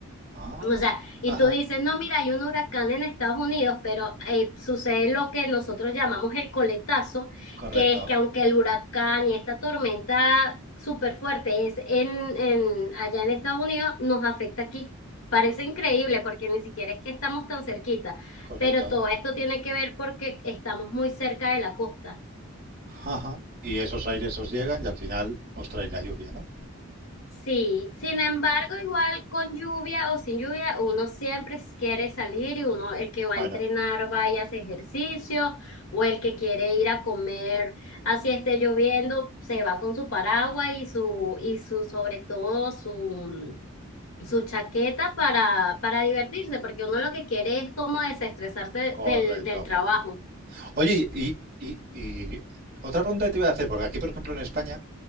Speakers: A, on the right; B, on the left.
A: Ah,
B: O sea, y
A: ajá,
B: tú dices, no, mira, hay un huracán en Estados Unidos, pero eh, sucede lo que nosotros llamamos el coletazo,
A: correcto,
B: que es que aunque el huracán y esta tormenta súper fuerte es en, en- allá en Estados Unidos, nos afecta aquí. Parece increíble porque ni siquiera es que estamos tan cerquita,
A: correcto.
B: pero todo esto tiene que ver porque estamos muy cerca de la costa.
A: Ajá. Y esos aires os llegan y al final os trae la lluvia, ¿no?
B: Sí, sin embargo, igual con lluvia o sin lluvia, uno siempre quiere salir y uno, el que va
A: Bueno,
B: a entrenar, vaya a hacer ejercicio, o el que quiere ir a comer, así esté lloviendo, se va con su paraguas y su, y su, sobre todo, su, su chaqueta para, para divertirse, porque uno lo que quiere es como desestresarse
A: correcto,
B: del, del trabajo.
A: correcto. Oye, y, y- y otra pregunta que te iba a hacer, porque aquí, por ejemplo, en España,